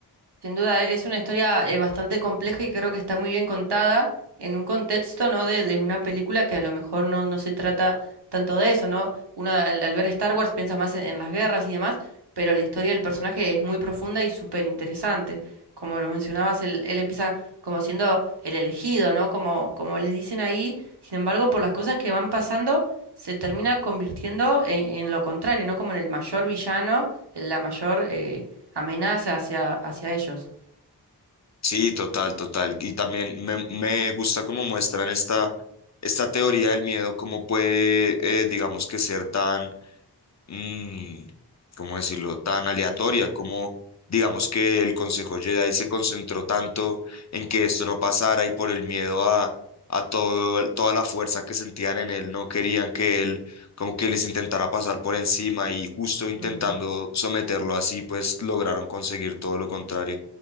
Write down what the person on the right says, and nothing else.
Sin duda, es una historia eh, bastante compleja y creo que está muy bien contada en un contexto, ¿no? de, de una película que a lo mejor no, no se trata tanto de eso, ¿no? Uno al, al ver Star Wars piensa más en, en las guerras y demás, pero la historia del personaje es muy profunda y súper interesante. Como lo mencionabas, él, él empieza como siendo el elegido, ¿no? Como, como les dicen ahí, sin embargo, por las cosas que van pasando se termina convirtiendo en, en lo contrario, ¿no? Como en el mayor villano, en la mayor eh, amenaza hacia, hacia ellos.
Ujú,